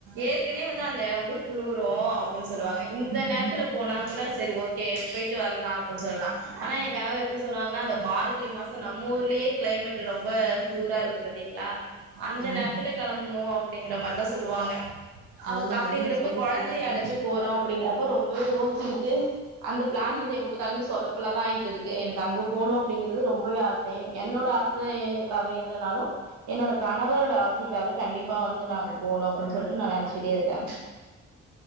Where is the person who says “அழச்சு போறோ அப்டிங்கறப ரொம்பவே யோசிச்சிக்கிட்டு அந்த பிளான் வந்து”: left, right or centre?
Right